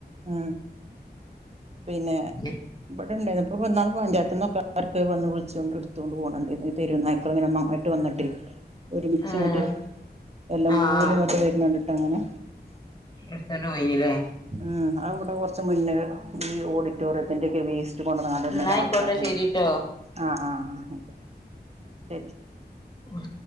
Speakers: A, on the right; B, on the left.
A: ആഹ് പിന്നെ
B: <unintelligible>
A: ഇവിടെണ്ടായിന് ഇപ്പൊ പഞ്ചായത്തിന്നൊക്കെ അർക്ക് വന്ന് വിളിച്ചൊണ്ട് എടുത്തോണ്ട് പോണണ്ടായി തെരുവു നായ്ക്കള് ഇങ്ങനെ ഒന്നായിട്ട് വന്നിട്ട് ഒരുമിച്ച്
B: ആഹ്
A: ഇങ്ങട്ട് എല്ലം
B: ആഹ്
A: കൂടി ഇങ്ങട്ട് വരുന്നണ്ട്ട്ട് അങ്ങനെ
B: എടുതോണ്ട് പോയിനി ലെ
A: ഉം അത്‌ ഇവിടെ കുറച്ച് മുന്നേ ഈ ഓഡിറ്റോറിയത്തിന്റൊക്കെ വേസ്- റ്റ് കൊണ്ടന്നു അങ്ങണ്ട് ഇടുന്ന
B: എന്നാ ആയിക്കോട്ടെ
A: ആൾക്കാരുണ്ട്
B: ശരിട്ടോ
A: ആഹ് ആഹ് അയിക്കോട്ടെ ശരി
B: ഉം